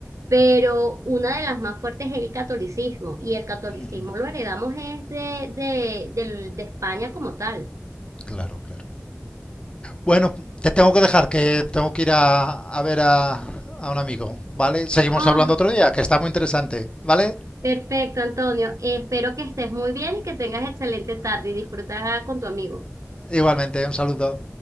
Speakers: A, on the right (about 85°); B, on the left (about 20°).
A: pero una de las más fuertes es el catolicismo, y el catolicismo
B: Ujú,
A: lo heredamos es de, de, del- de España como tal.
B: Claro, claro. Bueno, te tengo que dejar, que tengo que ir a, a ver a, a un amigo, ¿vale? Seguimos
A: Ah,
B: hablando otro día, que está muy interesante, ¿vale?
A: perfecto, Antonio. Espero que estés muy bien y que tengas excelente tarde y disfruta con tu amigo.
B: Igualmente, un saludo.